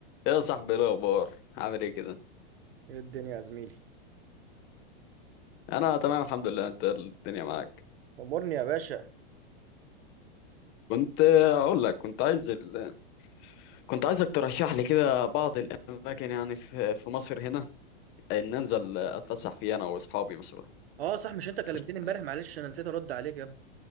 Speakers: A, on the left (about 35°); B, on the right (about 75°).
A: يا صاحبي إيه الاخبار عامل ايه كده
B: ايه الدنيا يا زميلي
A: انا تمام الحمد لله انت الدنيا معاك
B: امرني يا باشا
A: كنت اقول لك كنت عايز ال... كنت عايزك ترشح لي كده بعض الاماكن يعني في في مصر هنا ان انزل اتفسح فيها انا واصحابي مثلا
B: اه صح مش انت كلمتني
A: رشح
B: امبارح
A: لي
B: معلش انا نسيت ارد عليك يا ابني